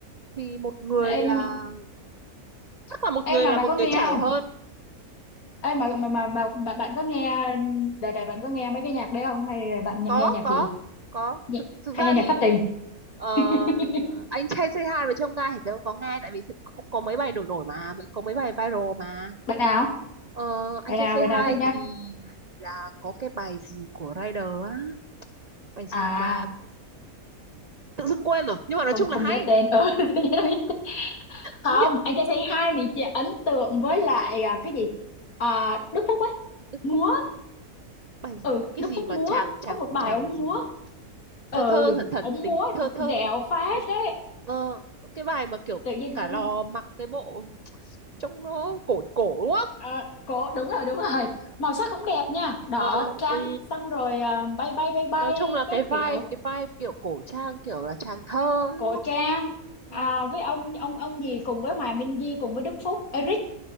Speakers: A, on the right (about 65°); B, on the left (about 70°).
A: thì một người
B: Ê,
A: là
B: nhưng
A: chắc là một
B: em
A: người
B: mà
A: là
B: bà
A: một
B: có nghe
A: người trẻ
B: không
A: hơn
B: em mà mà mà bà, bà bạn có nghe đời đời bạn có nghe mấy cái nhạc đấy không hay là bạn nhà-
A: có
B: nghe nhạc
A: có
B: gì
A: có
B: Nhị-
A: thực thực
B: hay
A: ra
B: nghe nhạc
A: thì
B: thất tình
A: ờ,
B: <laughs>
A: anh trai Say hai và trông gai thì tớ cũng có nghe tại vì thực- cũng có mấy bài nổi nổi mà mới có mấy bài viral mà
B: bạn nào
A: Ờ, anh
B: bạn
A: trai
B: nào
A: Say
B: bạn nào
A: hai
B: thích nhất
A: thì là có cái bài gì của Rider á bài gì
B: à
A: mà tự dưng quên rồi nhưng mà nói
B: không
A: chung
B: không
A: là hay
B: nhớ tên ừ <laughs> tự nhiên không nhớ tên. không
A: nhiệm
B: anh trai say hi mình chỉ ấn tượng với lại à, cái gì à, Đức Phúc ấy
A: Đức
B: múa
A: Phúc á bài gì
B: ừ
A: cái
B: Đức
A: gì
B: Phúc
A: mà
B: múa
A: chàng chàng
B: có một bài
A: chàng
B: ông
A: gì
B: múa ừ
A: thơ thơ thẩn thẩn
B: ông
A: tình
B: múa
A: thơ thơ
B: dẻo
A: tình
B: phát
A: tình
B: đấy
A: ờ, cái bài mà kiểu
B: tự nhiên
A: cả
B: cũng
A: lò mặc cái bộ trông nó cổ cổ đúng không
B: ờ, cổ đúng rồi đúng rồi màu sắc cũng đẹp nha đỏ
A: ờ,
B: trắng
A: ừ.
B: xong rồi ờ, bay bay bay bay
A: nói chung là
B: các
A: cái vai
B: kiểu
A: cái vai kiểu cổ trang kiểu là chàng thơ
B: cổ
A: đúng không
B: trang
A: ừ.
B: à, với ông ông ông gì cùng với Hòa Minh Di cùng với Đức Phúc Eric